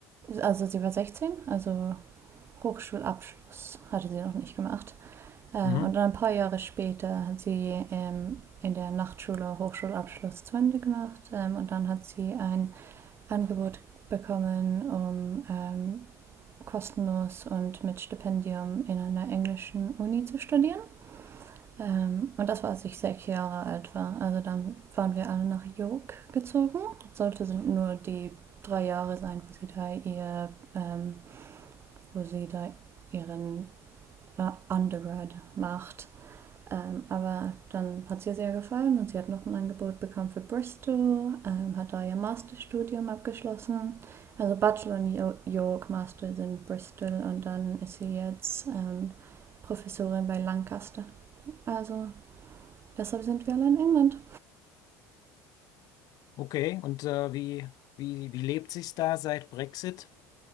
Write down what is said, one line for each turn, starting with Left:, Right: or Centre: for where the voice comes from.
Right: also sie war 16, also Hochschulabschluss hatte sie noch nicht gemacht. Ähm,
Left: Mhm.
Right: und dann ein paar Jahre später hat sie ähm, in der Nachtschule Hochschulabschluss zu Ende gemacht ähm, und dann hat sie ein Angebot bekommen, um ähm, kostenlos und mit Stipendium in einer englischen Uni zu studieren. Ähm, und das war, als ich sechs Jahre alt war. Also dann waren wir alle nach York gezogen. Sollte sind nur die drei Jahre sein, wo sie da ihr, ähm, wo sie da ihren äh, Undergrad macht. Ähm, aber dann hat es ihr sehr gefallen und sie hat noch ein Angebot bekommen für Bristol, ähm, hat da ihr Masterstudium abgeschlossen. Also Bachelor und York Master sind Bristol und dann ist sie jetzt ähm, Professorin bei Lancaster. Also deshalb sind wir alle in England.
Left: Okay, und äh, wie, wie, wie lebt sich's da seit Brexit?